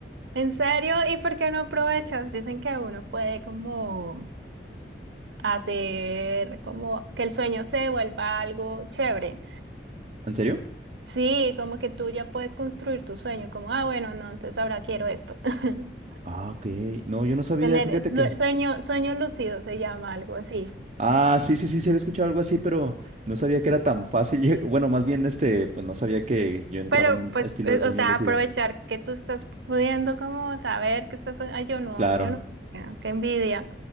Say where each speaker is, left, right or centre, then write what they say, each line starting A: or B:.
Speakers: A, on the right; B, on the right.
A: ¿En serio? ¿Y por qué no aprovechas? Dicen que uno puede como hacer como que el sueño se vuelva algo chévere.
B: ¿En serio?
A: Sí, como que tú ya puedes construir tu sueño, como, ah, bueno, no, entonces ahora quiero esto. <laughs>
B: Ah, ok. No, yo no sabía,
A: Tener
B: fíjate
A: lu-
B: que...
A: sueño, sueño lúcido se llama algo así.
B: Ah, sí, sí, sí, se había escuchado algo así, pero no sabía que era tan fácil. <laughs> lle- Bueno, más bien, este, pues no sabía que yo entraba
A: Pero
B: en un
A: pues,
B: estilo
A: eh,
B: de sueño
A: o sea,
B: lúcido.
A: aprovechar que tú estás pudiendo como saber que estás soñando. Ay, yo no,
B: Claro,
A: yo no, Ah, qué envidia.